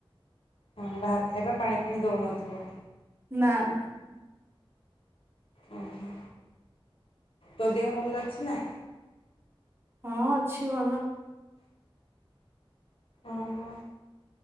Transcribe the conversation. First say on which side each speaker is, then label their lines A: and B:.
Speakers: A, on the left (about 70°); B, on the right (about 25°).
A: ହଁ ବାହାର ଖାଇବା ପାଣି ପାଣି ଦଉନଥିବ?
B: ନା ନା।
A: ଓ ହୋ, ତୋ ଦେହ ଭଲ ଅଛି ନା?
B: ହଁ ଅଛି ଭଲ।
A: ଓ ହୋ